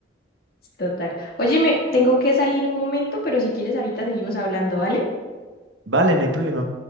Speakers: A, on the left (about 55°); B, on the right (about 85°).
A: total. Óyeme, tengo que salir un momento, pero si quieres ahorita seguimos hablando, ¿vale?
B: Vale, no hay problema.